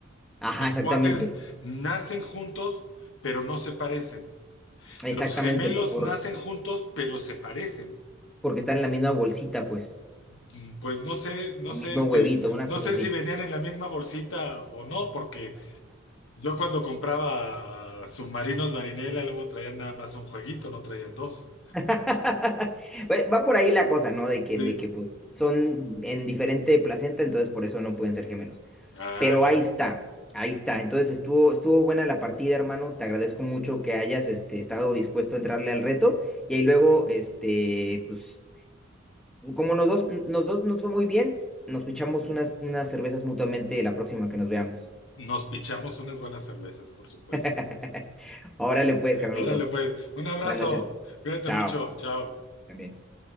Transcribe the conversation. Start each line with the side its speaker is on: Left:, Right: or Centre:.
Centre: Ajá,
Left: Los
Centre: exactamente,
Left: cuates nacen juntos, pero no se parecen.
Centre: exactamente,
Left: Los gemelos
Centre: por,
Left: nacen juntos, pero se parecen.
Centre: porque están en la misma bolsita, pues,
Left: Mm, Pues no sé, no
Centre: o
Left: sé,
Centre: mismo
Left: este,
Centre: huevito, una
Left: no
Centre: cosa
Left: sé
Centre: así.
Left: si venían en la misma bolsita o no, porque yo cuando compraba submarinos Marinela, luego traían nada más un jueguito, no traían dos.
Centre: <laughs> Pues, Va por ahí la cosa, ¿no? De que,
Left: Sí.
Centre: de que pues son en diferente placenta, entonces por eso no pueden ser gemelos.
Left: Ah,
Centre: Pero
Left: ya.
Centre: ahí está, ahí está. Entonces estuvo, estuvo buena la partida, hermano. Te agradezco mucho que hayas este, estado dispuesto a entrarle al reto. Y ahí luego, este, pues, como nos dos, nos dos nos fue muy bien, nos pichamos unas, unas cervezas mutuamente la próxima que nos veamos.
Left: Nos pichamos unas buenas cervezas, por supuesto.
Centre: <laughs> Órale pues, carnalito.
Left: Órale, pues, un abrazo.
Centre: Buenas noches.
Left: Cuídate
Centre: Chao.
Left: mucho. Chao.
Centre: También.